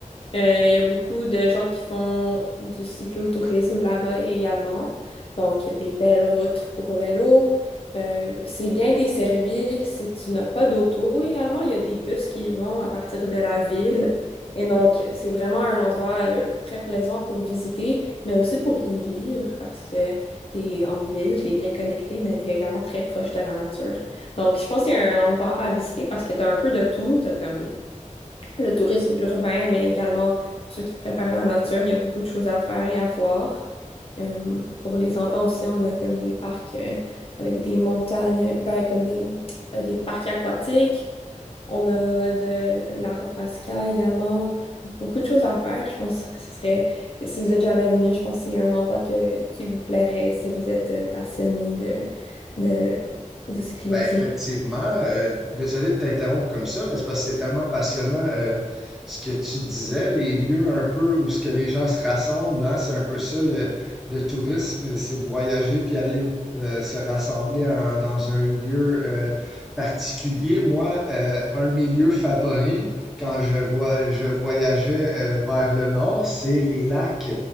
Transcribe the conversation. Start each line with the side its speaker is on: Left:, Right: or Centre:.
Left: Euh, Il y a beaucoup de gens qui font du cyclotourisme là-bas également. Donc, il y a des belles routes pour vélo. Euh, c'est bien desservi. Si tu n'as pas d'auto également, il y a des bus qui vont à partir de la ville. Et donc, c'est vraiment un endroit euh, très plaisant pour visiter, mais aussi pour y vivre parce que tu es en ville, tu es bien connecté, mais tu es également très proche de la nature. Donc, je pense qu'il y a un endroit à visiter parce que tu as un peu de tout. Tu comme le tourisme urbain, mais également pour ceux qui préparent la nature, il y a beaucoup de choses à faire et à voir. Euh, pour les enfants aussi, on a comme des parcs euh, avec des montagnes, ben, comme des, euh, des parcs aquatiques. On a de l'arbre à ska également. Donc, beaucoup de choses à faire. Je pense que ce serait, si vous êtes jamais venu, je pense que c'est un endroit que, qui vous plairait si vous êtes euh, passionné de, de, de cyclisme.
Centre: Ben effectivement, euh, désolé de t'interrompre comme ça, mais c'est parce que c'est tellement passionnant euh, ce que tu disais, les lieux un peu où ce que les gens se rassemblent, hein, c'est un peu ça le, le tourisme, c'est de voyager puis aller euh, se rassembler en- dans un lieu euh, particulier. Moi, euh, un de mes lieux favoris quand je vois je voyageais euh, vers le nord, c'est les lacs.